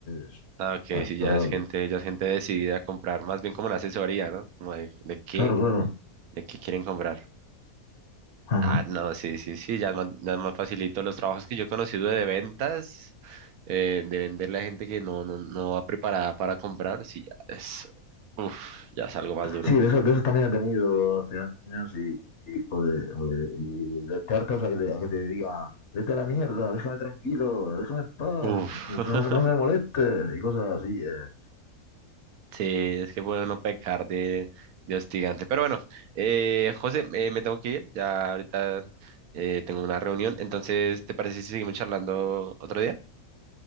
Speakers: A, on the left; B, on the right.
A: Es
B: Ah, Ok, sí, ya
A: agradable.
B: es gente, ya es gente decidida a comprar, más bien como una asesoría, ¿no? Como de, de qué,
A: Claro, claro.
B: de qué quieren comprar.
A: ajá
B: Ah, no, sí, sí, sí, ya es más, ya es más facilito. Los trabajos que yo he conocido de ventas, eh, de venderle a gente que no, no, no va preparada para comprar, sí, ya es, uf, ya es algo más duro.
A: Sí, de esos, de esos también he tenido hace años y, y, joder, joder, y de te hartas a que te, a que te diga, vete a la mierda, déjame tranquilo, déjame en paz,
B: Uf,
A: no, no no
B: <laughs>
A: me molestes y cosas así. eh.
B: sí, es que puede uno pecar de, de hostigante. Pero bueno, eh, José, eh, me tengo que ir, ya ahorita eh, tengo una reunión, entonces, ¿te parece si seguimos charlando otro día?